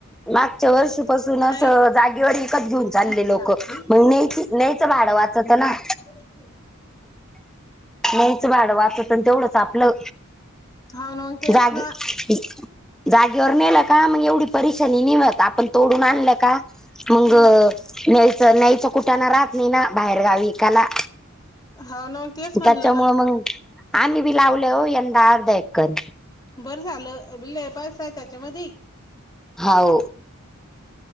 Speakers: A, in the centre; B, on the left.
A: मागच्या वर्षीपासून असं
B: नाही
A: जागेवर विकत घेऊन चालले
B: खालीच
A: लोक.
B: लाग बाई.
A: मगण्यायच न्यायचं भाड वाचत ना.
B: ब <unintelligible>
A: न्यायचं भाडं वाचतन तेवढंच आपल
B: हाव ना मग तेच
A: जागे
B: ना
A: जागेवर नेलका मग एवढी परिस परेशानी नाही होत आपण तोडून आणलका मग
B: हम्म
A: न्यायचं, न्यायचं कुटाना राहत नाही ना बाहेर गावी. त्याला
B: हाव ना मग तेच म्हणलं
A: त्याच्यामुळ
B: ना.
A: मग आम्ही बी लावले हो यंदा अर्धा एकर.
B: बरं झालं लय पैसा हे त्यांच्यामध्यी.
A: हाव